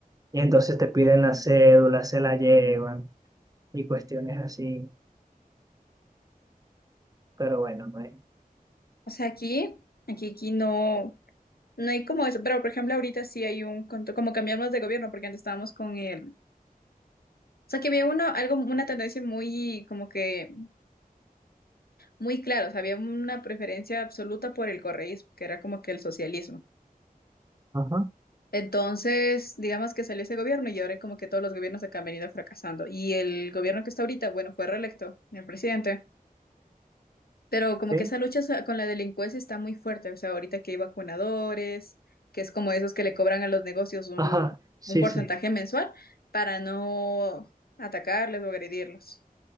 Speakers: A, on the right; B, on the left.
A: y entonces te piden la cédula, se la llevan y cuestiones así, pero bueno, no es.
B: O sea, aquí, aquí, aquí no, no hay como eso, pero por ejemplo ahorita sí hay un, contro- como cambiamos de gobierno, porque antes estábamos con el, o sea, que había uno, algo, una tendencia muy, como que, muy clara, o sea, había una preferencia absoluta por el correísmo, que era como que el socialismo.
A: Ajá,
B: Entonces, digamos que salió ese gobierno y ahora como que todos los gobiernos acá han venido fracasando. Y el gobierno que está ahorita, bueno, fue reelecto, el presidente. Pero como
A: sí.
B: que esa lucha sa- con la delincuencia está muy fuerte. O sea, ahorita que hay vacunadores, que es como esos que le cobran a los negocios un,
A: Ajá, sí,
B: un porcentaje
A: sí,
B: mensual para no atacarles o agredirlos.